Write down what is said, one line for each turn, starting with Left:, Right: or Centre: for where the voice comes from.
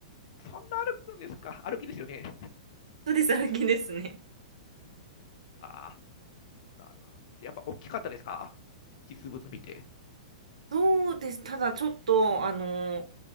Left: ー、そんな歩くんですか歩きですよね。
Right: そうです、歩きですね。
Left: ああなるほど。やっぱ大きかったですか実物見て。
Right: そうです。ただちょっと、あの、